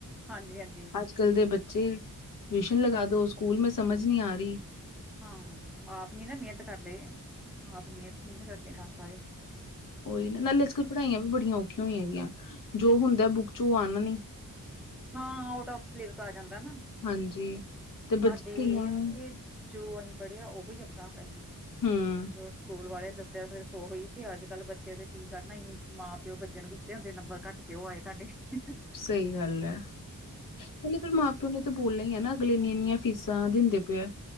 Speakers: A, in the centre; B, on the left.
A: ਹਾਂਜੀ ਹਾਂਜੀ
B: ਅੱਜ ਕੱਲ ਦੇ ਬੱਚੇ ਟਿਊਸ਼ਨ ਲਗਾ ਦੋ ਸਕੂਲ ਮੇ ਸਮਝ ਨਹੀਂ ਆ ਰਹੀ
A: ਹਾਂ ਆਪ ਨੀ ਨਾ ਮਿਹਨਤ ਕਰਦੇ ਆਪ ਮਿਹਨਤ ਨੀ ਕਰਦੇ ਬਸ ਸਾਰੀ
B: ਕੋਈ ਨਾ, ਨਾਲੇ ਅੱਜ ਕਲ ਪੜ੍ਹਾਈਆਂ ਵੀ ਬੜੀਆਂ ਔਖੀਆਂ ਹੋਈਆਂ ਦੀਆਂ। ਜੋ ਹੁੰਦਾ ਹੈ ਬੁੱਕ ਚ, ਉਹ ਆਨਾ ਨੀ।
A: ਹਾਂ, ਆਊਟ ਆਫ ਸਲੇਬਸ ਆ ਜਾਂਦਾ ਨਾ।
B: ਹਾਂਜੀ ਤੇ
A: ਸਾਡੇ
B: ਬੱਚ ਕਈਆਂ
A: ਇਹ ਆ
B: ਨੂੰ
A: ਕਿ ਜੋ ਅਸੀਂ ਪੜ੍ਹਿਆ ਉਹ ਹੀ ਆਉਂਦਾ ਹੁੰਦਾ ਸੀਗਾ।
B: ਹੂੰ
A: ਜੋ ਸਕੂਲ ਵਾਲੇ ਦੱਸ ਸਿਆ ਸਿਰਫ ਓਹੀ, ਤੇ ਅੱਜ ਕੱਲ ਬੱਚੇ ਤੇ ਕੀ ਕਰਨਾ ਹੀ। ਮਾਂ ਪਿਓ ਬੱਚੇ ਨੂੰ ਗੁੱਸੇ ਹੁੰਦੇ, ਨੰਬਰ ਘੱਟ ਕਿਉਂ ਆਏ ਤੁਹਾਡੇ? ਹੀ-ਹੀ।
B: ਸਹੀ ਗੱਲ ਹੈ। ਹੁਨ ਇਹ ਫਿਰ ਮਾਂ ਪਿਓ ਨੇ ਤੇ ਬੋਲਨਾ ਹੀ ਹੈ ਨਾ। ਅਗਲੇ ਇੰਨੀਆਂ ਇੰਨੀਆਂ ਫੀਸਾਂ ਦਿੰਦੇ ਪਏ ਆ।